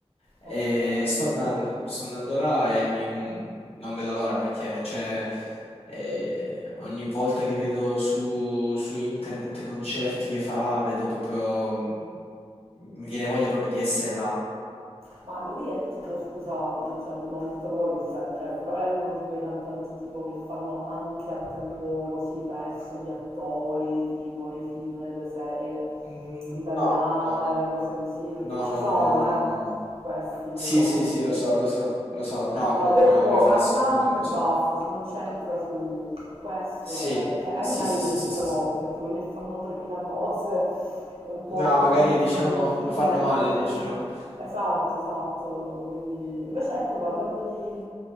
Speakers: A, on the left; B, on the right.
A: E
B: Ok,
A: sto andando, sto andando là e mi- non vedo l'ora perché cioè, eh, ogni volta che vedo su, su internet concerti che fa, vedo proprio, mi viene voglia proprio di essere là.
B: ma lui è tipo, scusa, cioè, non te lo voglio offendere, eh, però è uno di quei cantanti tipo che fanno anche a tempo così perso gli attori, tipo nei film, nelle serie
A: Mm,
B: italiane,
A: No, no, no, no, no.
B: cose così, perché
A: No,
B: ci
A: no,
B: sono,
A: no, no, no, no,
B: eh,
A: no, no.
B: questi un
A: Sì,
B: po'
A: sì,
B: così.
A: sì, lo so, lo so, lo so.
B: Eh,
A: No,
B: no,
A: comunque
B: lui è proprio
A: no, lui fa
B: cantante
A: soltanto musica.
B: e basta, si concentra su, su questo,
A: Sì,
B: eh, che è
A: sì,
B: meglio
A: sì, sì,
B: certe
A: sì, sì,
B: volte,
A: sì.
B: perché quelli che fanno 3000 cose, un po'
A: No,
B: di
A: magari diciamo
B: film,
A: <laughs> lo fanno
B: un
A: male,
B: po' di musica.
A: dici, no?
B: Esatto, esatto. Quindi, invece, ecco, parlando di,